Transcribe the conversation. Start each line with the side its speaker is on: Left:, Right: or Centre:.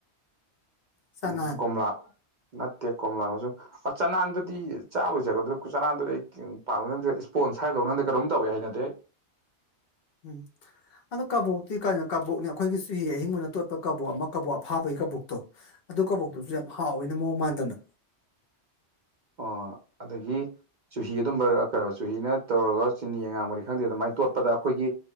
Left: ꯆꯅꯥꯟ
Right: ꯎꯝ ꯀꯣꯝꯂꯥ ꯅꯠꯇꯦ ꯀꯣꯝꯂꯥ ꯑꯃꯁꯨꯡ ꯑ ꯆꯅꯥꯟꯗꯨꯗꯤ ꯆꯥꯕꯩ ꯆꯥꯕ ꯗꯨ ꯆꯅꯥꯟꯗꯨꯗꯤ ꯑꯩꯥ ꯀꯦꯝ ꯄꯥꯝ ꯅ ꯏꯁ꯭ꯄꯣꯟꯁ ꯍꯥꯏꯕꯗꯧ ꯍꯟꯗ ꯀꯩꯅꯣꯝ ꯇꯧꯏ ꯍꯩꯅꯗꯦ
Left: ꯎꯝ ꯑꯗꯣ ꯀꯕꯣꯛꯇꯤ ꯀꯔꯤꯅꯣ ꯀꯕꯣꯛꯅꯦ ꯑꯩꯈꯣꯏꯒꯤ ꯆꯨꯍꯤ ꯑꯍꯤꯡꯕꯅ ꯇꯣꯠꯄ ꯀꯕꯣꯛ ꯑꯃ ꯀꯕꯣꯛ ꯑꯐꯥꯕꯒꯤ ꯀꯕꯣꯛꯇꯣ ꯑꯗꯨ ꯀꯕꯣꯛꯇꯨꯁꯨ ꯌꯥꯝ ꯍꯥꯎꯋꯦꯅ ꯃꯑꯣꯡ ꯃꯥꯟꯗꯅ
Right: ꯑꯣ ꯑꯗꯒꯤ ꯆꯨꯍꯤ ꯑꯗꯨꯝꯕ ꯑ ꯀꯣ ꯆꯨꯍꯤꯅ ꯇꯧꯔꯒ ꯆꯤꯅꯤ ꯑꯉꯥꯡꯕꯅꯤ ꯈꯪꯗꯦ ꯑꯗꯨꯃꯥꯏꯅ ꯇꯣꯠꯄꯗ ꯑꯩꯈꯣꯏꯒꯤ